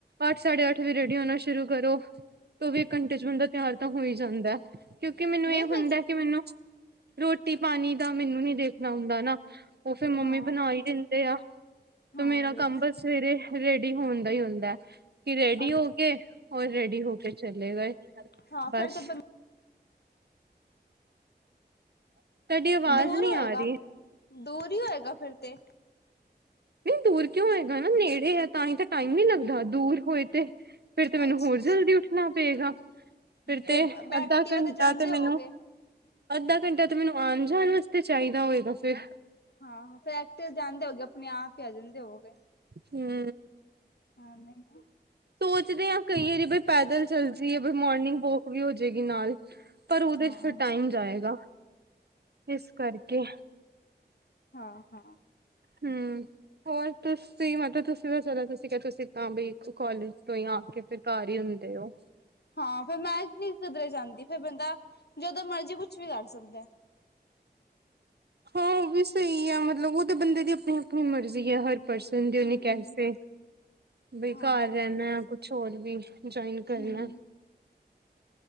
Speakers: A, on the right; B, on the left.
A: ਅੱਠ-ਸਾਢੇ ਅੱਠ ਵਜੇ ਲਿਆਣਾ ਸ਼ੁਰੂ ਕਰੋ ਤੇ ਵੀ ਇੱਕ ਘੰਟੇ 'ਚ ਬੰਦਾ ਤਿਆਰ ਤਾਂ ਹੋ ਈ ਜਾਂਦੈ। ਕਿਉਂਕਿ ਮੈਨੂੰ
B: ਨਹੀਂ
A: ਏ
B: ਫਿਰ
A: ਹੁੰਦੈ ਕਿ ਮੈਨੂੰ ਰੋਟੀ ਪਾਣੀ ਦਾ ਮੈਨੂੰ ਨੀ ਦੇਖਣਾ ਹੁੰਦਾ ਨਾ। ਔ ਫਿਰ ਮੰਮੀ
B: ਹਾਂ
A: ਬਨਾ ਈ ਦਿੰਦੇ ਆ। ਫੇਰ
B: ਹਾਂ
A: ਮੇਰਾ
B: ਇਹ ਵੀ
A: ਕੰਮ
B: ਹੈ
A: ਬਸ ਸਵੇਰੇ ਰੇਡੀ ਹੋਣ ਦਾ ਈ ਹੁੰਦੈ ਕਿ ਰੈਡੀ
B: ਅੱਛਾ
A: ਹੋ ਕੇ ਔਰ ਰੇਡੀ ਹੋ ਕੇ ਚਲੇ ਗਏ।
B: ਹਾਂ
A: ਬਸ
B: ਫੇਰ ਤੇ ਬੰ
A: ਤੁਹਾਡੀ ਆਵਾਜ਼
B: ਦੂਰ
A: ਨਹੀਂ
B: ਹੋਏਗਾ,
A: ਆ ਰਹੀ।
B: ਦੂਰ ਈ ਹੋਏਗਾ ਫਿਰ ਤੇ।
A: ਨਈ ਦੂਰ ਕਿਉਂ ਹੋਇਗਾ ਨਾ ਨੇੜੇ ਆ ਤਾਂ ਈ ਤਾਂ ਟਾਈਮ ਨੀ ਲੱਗਦਾ ਦੂਰ ਹੋਏ ਤੇ ਫੇਰ ਤੇ ਮੈਨੂੰ
B: ਅੱਛਾ
A: ਹੋਰ
B: ਅੱਛਾ
A: ਜਲਦੀ ਉੱਠਣਾ ਪਏਗਾ। ਫਿਰ ਤੇ
B: ਫਿਰ
A: ਅੱਧਾ
B: ਐਕਟਿਵਾ
A: ਘੰਟਾ
B: ਜਾਂਦੇ
A: ਤੇ ਮੈਨੂੰ
B: ਹੋਵੋਗੇ
A: ਅੱਧਾ ਘੰਟਾ ਤਾਂ ਮੈਨੂੰ ਆਣ ਜਾਣ ਵਾਸਤੇ ਚਾਈਦਾ ਹੋਏਗਾ ਫੇਰ।
B: ਹਾਂ-ਹਾਂ, ਫੈਕਟਰੀਸ ਜਾਂਦੇ ਹੋਗੇ, ਅਪਣੇ ਆਪ ਈ ਆ ਜਾਂਦੇ ਹੋਵੋਗੇ।
A: ਹੂੰ।
B: ਹਾਂ ਨਈ ਨਾ।
A: ਸੋਚਦੇ ਆਂ ਕਈ ਆਰੀ ਬਈ ਪੈਦਲ ਚੱਲ ਜਾਈਏ ਬ ਮੋਰਨਿੰਗ ਵੋਕ ਵੀ ਹੋ ਜੇਗੀ ਨਾਲ। ਪਰ ਉਦੇ
B: ਹਾਂ
A: 'ਚ
B: ਹਾਂ
A: ਫੇਰ ਟਾਈਮ ਜਾਏਗਾ, ਇਸ ਕਰਕੇ।
B: ਹਾਂ-ਹਾਂ।
A: ਹੂੰ, ਹੋਰ ਤੁਸੀ ਮਤਲਬ ਤੁਸ <unintelligible> ਤੁਸੀ ਕਿਆ ਤੁਸੀ ਤਾਂ ਬਈ ਇੱਕ ਕਾਲਜ ਤੋਂ ਈ ਆ ਕੇ ਫੇਰ ਘਾਰ ਈ ਹੁੰਦੇ ਔ।
B: ਹਾਂ ਫੇਰ ਮੈਂ ਨੀ ਕਿਧਰੇ ਜਾਂਦੀ ਫੇਰ ਬੰਦਾ ਜਦੋਂ ਮਰਜੀ ਕੁਛ ਵੀ ਕਰ ਸਕਦੈ।
A: ਹਾਂ ਔ ਵੀ ਸਈ ਐ ਮਤਲਬ ਔ ਤੇ ਬੰਦੇ ਦੀ ਅਪਣੀ-ਅਪਣੀ ਮਰਜ਼ੀ ਐ ਹੋਰ ਪਰਸਨ ਦੀ
B: ਹਮ
A: ਏਨੀ ਕੈਸੇ, ਬਈ
B: ਹਾਂ
A: ਘਾਰ ਰੈਨੈ
B: ਇਹ ਵੀ
A: ਔ ਕੁਛ ਹੋਰ ਵੀ ਜੁਆਇਨ ਕਰਨੈ।
B: ਹਮ